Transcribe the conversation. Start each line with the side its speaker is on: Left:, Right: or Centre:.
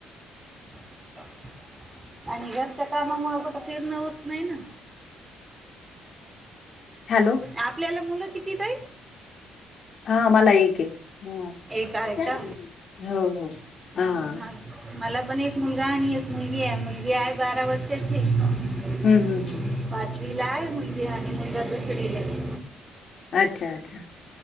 Right: <unintelligible> आणि घरच्या कामामुळे कुठं फिरणं होत नाही नाऽऽ
Left: हॅलो
Right: आपल्याला मुलं किती ताई?
Left: हां मला एक आहे, हो.
Right: एक आहे
Left: अ
Right: का हम्म
Left: हां.
Right: मला पण एक मुलगा आणि एक मुलगी हाय, मुलगी हाय बारा वर्षाची. <unintelligible>
Left: हम्म हम्म
Right: पाचवीला आहे मुलगी आणि मुलगा दुसरीला हाय
Left: अच्छा, अच्छा,